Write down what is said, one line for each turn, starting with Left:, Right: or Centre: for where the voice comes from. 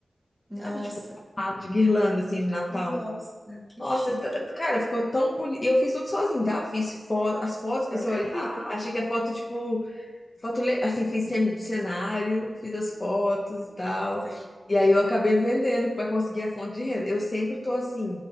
Centre: Nossa,
Left: sabe? Tipo, formato de guirlanda, assim, de Natal.
Centre: nossa, que
Left: Nossa,
Centre: chique.
Left: tá- cara, ficou tão bonito. E eu fiz tudo sozinho, tá? Fiz foto, as fotos que
Centre: Eu
Left: você
Centre: acredito.
Left: olhar, achei que a foto, tipo, foto, le- assim, fiz cen- cenário, fiz as fotos e tal.
Centre: Sim,
Left: E aí eu acabei vendendo pra conseguir a fonte de renda. Eu sempre tô assim,